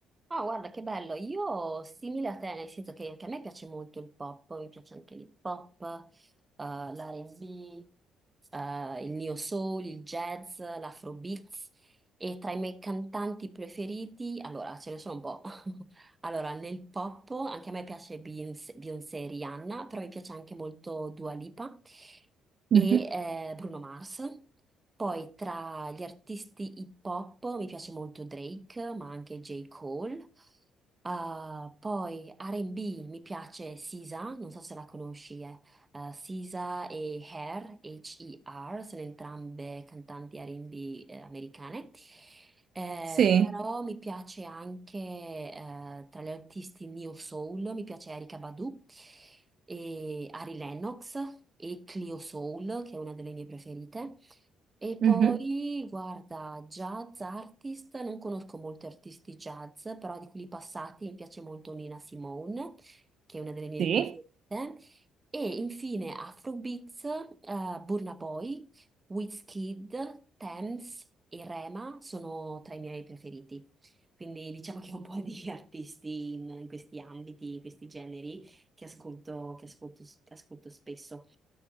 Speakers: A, on the right (about 25°); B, on the right (about 60°).
A: Ah, guarda che bello, io simile a te, nel senso che anche a me piace molto il pop, mi piace anche l'hip hop, eh, l'R&B, eh, il neo soul, il jazz, l'afrobeats e tra i miei cantanti preferiti, allora ce ne sono un po', <laughs> Allora, nel pop anche a me piace Beyoncé, Beyoncé e Rihanna, però mi piace anche molto Dua Lipa e
B: Mhm.
A: eh, Bruno Mars. Poi tra gli artisti hip hop mi piace molto Drake, ma anche J. Cole. Ah, poi R&B mi piace Sisa, non so se la conosci, eh, Sisa e Her, H-E-R, sono entrambe cantanti R&B eh, americane. Eh,
B: Sì.
A: però mi piace anche eh, tra gli artisti Neo Soul, mi piace Erykah Badu e Ari Lennox e Clio Soul, che è una delle mie preferite. E poi,
B: Mhm.
A: guarda, jazz artist, non conosco molti artisti jazz, però di quelli passati mi piace molto Nina Simone, che è una delle mie
B: Sì.
A: preferite. E infine Afrobeats, eh, Burna Boy, Wizkid, Tems e Rema sono tra i miei preferiti. Quindi diciamo che ho un po' di <laughs> artisti in, in questi ambiti, in questi generi che ascolto, che ascolto- che ascolto spesso.